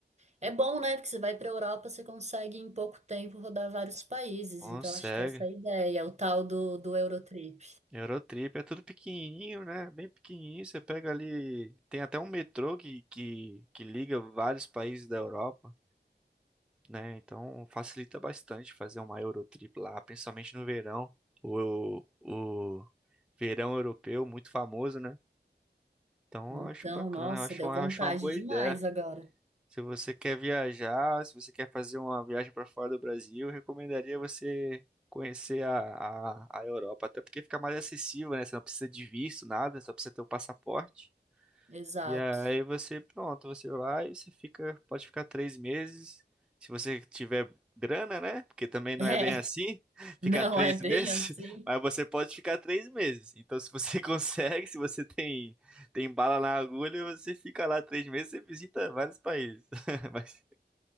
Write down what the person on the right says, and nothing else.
é bom, né? Porque você vai para Europa, você consegue em pouco tempo rodar vários países.
Então acho que essa é a ideia, o tal do, do Eurotrip.
Então,
nossa,
deu
vontade
demais
agora.
Exato.
<laughs>
É,
não
é bem
assim.